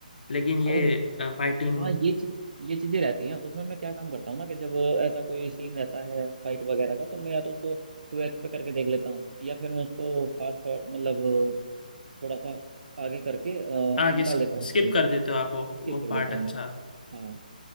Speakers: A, on the left (about 65°); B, on the right (about 70°).
A: लेकिन ये
B: साउथ
A: फाइटिंग
B: हाँ ये चीज ये चीजें रहती हैं उसमें मैं क्या काम करता हूँ ना कि जब ऐसा कोई सीन रहता है फाइट वगैरह का तो मैं या तो उसको टू एक्स पे करके देख लेता हूँ या फिर मैं उसको फास्ट फॉर मतलब थोड़ा सा आगे करके अ,
A: आगे
B: निकाल
A: स्किप
B: देता हूँ सीन को
A: कर देते हो आप वो
B: स्किप
A: वो
B: कर
A: पार्ट
B: देता हूँ
A: अच्छा
B: मैं हाँ